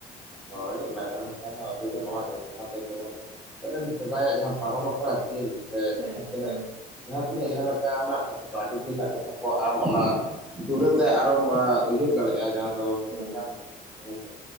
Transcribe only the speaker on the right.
ᱦᱩᱸ
ᱦᱩᱸ
ᱦᱩᱸ